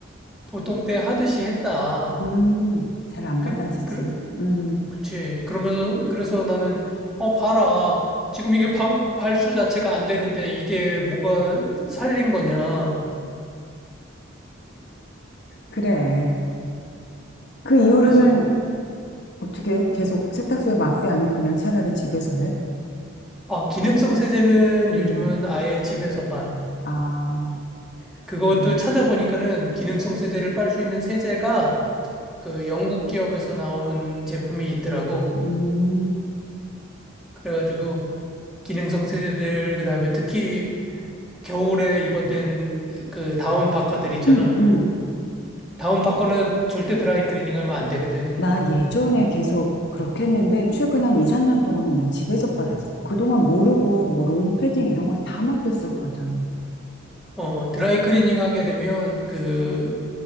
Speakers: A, in the centre; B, on the left.
A: 보통 때 하듯이 했다.
B: 음, 잘 안
A: 그,
B: 받아지지.
A: 그,
B: 음,
A: 그치. 그러면서 그래서 나는 어 봐라. 지금 이게 방, 발수 자체가 안 되는데 이게 뭐가 살린 거냐.
B: 그래. 그 이후로는
A: 그래서 그,
B: 어떻게 계속 세탁소에 맡겨 아니면 그냥 차라리 집에서 해?
A: 아 기능성 세제는
B: 음.
A: 요즘은 아예 집에서 빨아.
B: 아,
A: 그것도
B: 그래.
A: 찾아보니까는 기능성 세제를 빨 수 있는 세제가 그 영국 기업에서 나온 제품이 있더라고.
B: 음,
A: 그래가지고 기능성 세제들 그다음에 특히 겨울에 입었던 그 다운 파카들 있잖아.
B: 음, 음.
A: 다운 파카는 절대 드라이 클리닝 하면 안 되거든.
B: 나 예전에 계속 그렇게 했는데, 최근 한 2, 3년 동안은 그냥 집에서 빨았어. 그동안 모르고, 뭐, 롱패딩 이런 거 다 맡겼었거든.
A: 어, 드라이 클리닝 하게 되면 그